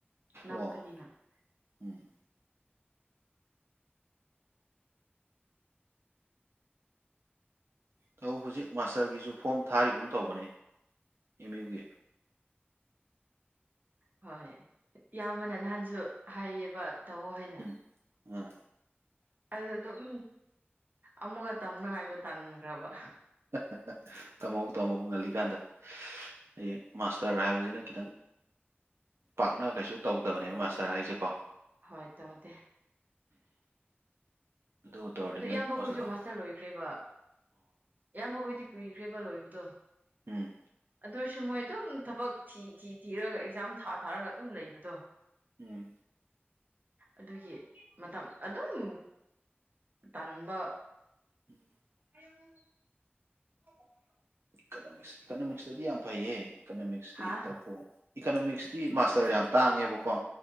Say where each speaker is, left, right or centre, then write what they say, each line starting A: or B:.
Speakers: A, on the right; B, on the right.
A: ꯅꯛꯄꯅꯤꯅ
B: ꯑꯣ ꯎꯝ ꯊꯧ ꯍꯧꯖꯤꯛ ꯃꯥꯁꯇꯔꯒꯤꯁꯨ ꯐꯣꯝ ꯊꯥꯔꯤꯒꯨꯝ ꯇꯧꯕꯅꯦ ꯑꯦꯝ ꯌꯨꯒꯤ
A: ꯍꯣꯏ ꯏꯌꯥꯝꯕꯅ ꯅꯍꯥꯟꯁꯨ ꯍꯥꯏꯌꯦꯕ ꯇꯧꯋ ꯍꯥꯏꯅ
B: ꯎꯝ ꯑꯥ
A: ꯑꯗꯨ ꯑꯗꯨꯝ ꯑꯃꯨꯛꯒ ꯇꯝꯅꯉꯥꯏꯗꯣ ꯇꯟꯈ꯭ꯔꯕ
B: ꯍꯥ ꯍꯥ ꯇꯝꯃꯍꯧ ꯇꯝꯃꯧ ꯉꯜꯂꯤꯀꯥꯟꯗ ꯍꯌꯦꯡ ꯃꯥꯁꯇꯔ ꯍꯥꯏꯕꯁꯤꯅ ꯈꯤꯇꯪ ꯄꯥꯛꯅ ꯀꯩꯁꯨ ꯇꯧꯗꯕꯅꯦꯕ ꯃꯥꯁꯇꯔ ꯍꯥꯏꯁꯦꯀꯣ
A: ꯍꯣꯏ ꯇꯧꯗꯦ
B: ꯑꯗꯨ ꯇꯧꯔꯗꯤ
A: ꯑꯗꯣ
B: ꯅꯪ
A: ꯏꯌꯥꯝꯕꯈꯣꯏꯁꯨ
B: ꯑꯣꯖꯥ ꯑꯣ
A: ꯃꯥꯁꯇꯔ ꯂꯣꯏꯈ꯭ꯔꯦꯕ ꯏꯌꯥꯝꯕꯈꯣꯏꯗꯤ ꯀꯨꯏꯈ꯭ꯔꯦꯕ ꯂꯣꯏꯕꯗꯣ
B: ꯎꯝ
A: ꯑꯗꯨꯔꯁꯨ ꯃꯣꯏ ꯑꯗꯨꯝ ꯊꯕꯛ ꯊꯤ ꯊꯤ ꯊꯤꯔꯒ ꯑꯦꯛꯖꯥꯝ ꯊꯥ ꯊꯥꯔꯒ ꯑꯗꯨꯝ ꯂꯩꯕꯅꯦ
B: ꯎꯝ
A: ꯑꯗꯨꯒꯤ ꯃꯇꯝ ꯑꯗꯨꯝ ꯇꯟꯕ
B: ꯎꯝ
A: <unintelligible>
B: ꯏꯀꯅꯣꯃꯤꯛꯁ ꯏꯀꯅꯣꯃꯤꯛꯁꯇꯗꯤ ꯌꯥꯝ ꯐꯩꯌꯦ ꯏꯀꯅꯣꯃꯤꯛꯁꯇꯤ
A: ꯍꯥ
B: ꯇꯧꯊꯣ ꯏꯀꯅꯣꯃꯤꯛꯁꯇꯤ ꯃꯥꯁꯇꯔ ꯌꯥꯝ ꯇꯥꯡꯉꯦꯕꯀꯣ